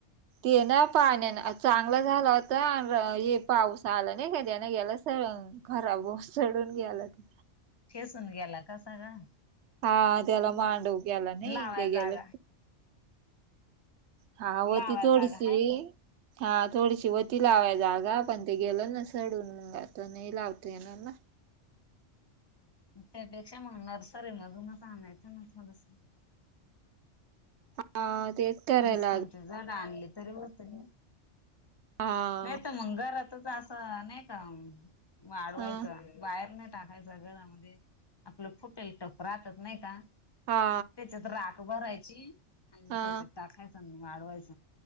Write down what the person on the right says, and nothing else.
ते ना पाण्या चांगलं झालं होता हे पाऊस आला नाही का त्यान गेला स खराब चढून घ्याला ते
हा त्याला मांडव ग्याला ना
ते गेला
हा वती
थोडशी
हा थोडशी वती लावा जागा पण ते गेलं ना सडून मग आता नाही लावतो येणार ना
हा तेच करायला
लाग
हा
हा
हा
हा